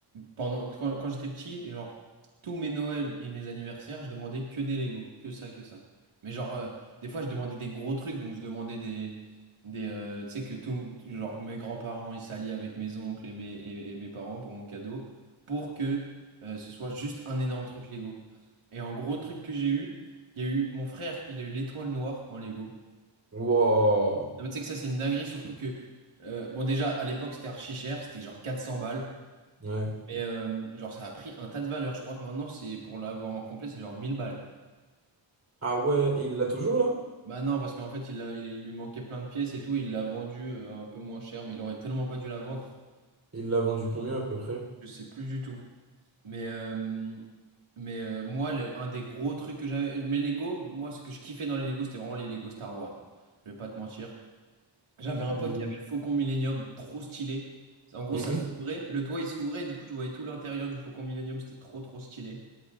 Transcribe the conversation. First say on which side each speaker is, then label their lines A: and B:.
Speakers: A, on the right (about 80°); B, on the right (about 35°).
A: Pendant, quand, quand j'étais petit, genre, tous mes Noëls et mes anniversaires, je demandais que des Lego. Que ça, que ça. Mais genre, euh, des fois, je demandais des gros trucs. Donc, je demandais des. des euh, tu sais, que tout. Genre, mes grands-parents, ils s'allient avec mes oncles et mes, et, et mes parents pour mon cadeau. Pour que euh, ce soit juste un énorme truc Lego. Et en gros truc que j'ai eu, il y a eu mon frère, il a eu l'étoile noire en Lego.
B: Wow.
A: Non, mais tu sais que ça, c'est une dinguerie, surtout que, euh, bon, déjà, à l'époque, c'était archi cher, c'était genre 400 balles,
B: Ouais.
A: mais euh, genre, ça a pris un tas de valeur. Je crois que maintenant, c'est pour l'avoir en complet, c'est genre 1000 balles.
B: Ah ouais, et il l'a toujours, là?
A: Bah non, parce qu'en fait, il, l'a- il lui manquait plein de pièces et tout, il l'a vendu euh, un peu moins cher, mais il aurait tellement pas dû la vendre,
B: Il l'a vendu combien, à peu près?
A: je sais plus du tout. Mais, euh, mais euh, moi, le- un des gros trucs que j'avais, mes Lego, moi, ce que je kiffais dans les Lego, c'était vraiment les Lego Star Wars. Je vais pas te mentir. J'avais un
B: Les-
A: pote qui avait le Faucon Millenium, trop stylé. En gros,
B: Mhm.
A: ça s'ouvrait, le toit il s'ouvrait, et du coup tu voyais tout l'intérieur du Faucon Millenium, c'était trop trop stylé.